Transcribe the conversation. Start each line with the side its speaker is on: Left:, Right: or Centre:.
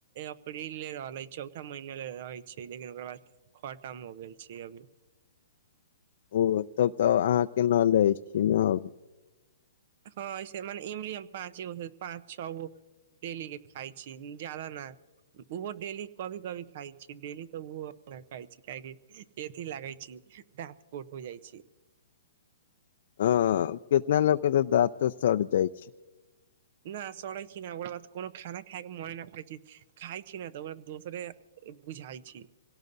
Right: अप्रील ले रहले चौठा महीना ले रहै छै लेकिन ओकर बाद खटाम हो गेल छी अभी
Left: ओ तब तऽ अहाँ केना लै छीय ने अब
Right: हँ से मने इमली पाँच गो पाँच छः गो डेली के खा छी ज्यादा ना ओहो डेली कभी कभी खाइ छी डेली तऽ ओहो खाइ छी काहि अथी लगै छी दांत कोथ भ जाइ छै
Left: आ केितना लोक त दाँतो सट जाइ छै
Right: न सड़ै छी न ओकरा बाद कोनो खाना खाके मने नहि प छी खा छी ने तऽ ओ दोसरे बुझाइ छी